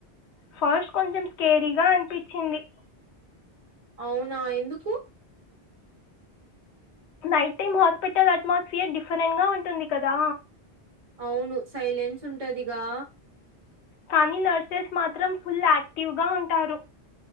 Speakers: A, on the left; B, on the right.
A: ఫస్ట్ కొంచెం స్కేరీగా అనిపిచింది
B: అవునా ఎందుకు
A: night time hospital atmosphere different గా ఉంటుంది కదా
B: అవును సైలెన్స్ ఉంటదిగా
A: కానీ నర్సెస్ మాత్రం ఫుల్ యాక్టివ్ గా ఉంటారు